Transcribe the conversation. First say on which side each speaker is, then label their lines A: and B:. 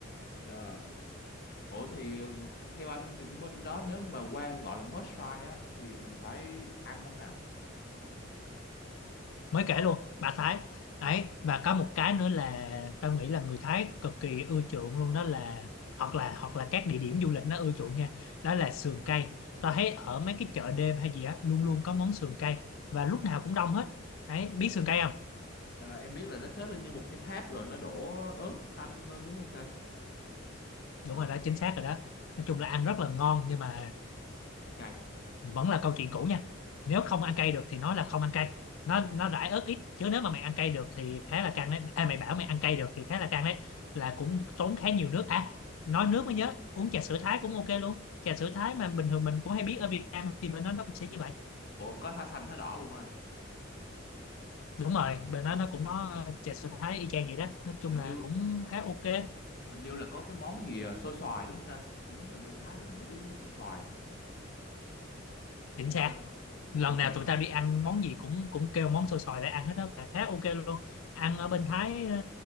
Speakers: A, on the left; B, on the left.
A: Ờ. Ủa thì ừ, theo anh Nguyễn Minh đó nếu mà qua gọi là must try á thì mình phải ăn món nào?
B: mới kể luôn bà Thái đấy và có một cái nữa là tao nghĩ là người Thái cực kỳ ưa chuộng luôn đó là hoặc là hoặc là các địa điểm du lịch nó ưa chuộng nha đó là sườn cây tao thấy ở mấy cái chợ đêm hay gì á luôn luôn có món sườn cây và lúc nào cũng đông hết đấy biết sườn cây không
A: À, em biết là nó xếp lên như một cái tháp rồi nó đổ ớt xanh lên đúng không ta? Ờ,
B: đúng rồi đó chính xác rồi đó nói chung là ăn rất là ngon nhưng mà
A: Cay.
B: vẫn là câu chuyện cũ nha nếu không ăn cay được thì nói là không ăn cay nó nó rải ớt ít chứ nếu mà mày ăn cay được thì khá là căng đấy à, mày bảo mày ăn cay được thì khá là căng đấy là cũng tốn khá nhiều nước à nói nước mới nhớ uống trà sữa Thái cũng ok luôn trà sữa Thái mà bình thường mình cũng hay biết ở Việt Nam thì bên đó nó cũng sẽ như vậy
A: Ủa có thả xanh thả đỏ luôn hả anh?
B: đúng rồi bên đó nó cũng có trà sữa Thái y chang vậy đó nói chung
A: Hình
B: là
A: như
B: cũng khá ok
A: hình như là có cái món gì à, xôi xoài đúng không ta? Em nhớ là bên Thái là nổi tiếng món xôi xoài.
B: chính
A: Ok
B: xác
A: không anh?
B: lần
A: Ok
B: nào
A: không
B: tụi
A: anh?
B: tao đi ăn món gì cũng cũng kêu món xôi xoài để ăn hết đó và khá ok luôn ăn ở bên Thái ờ,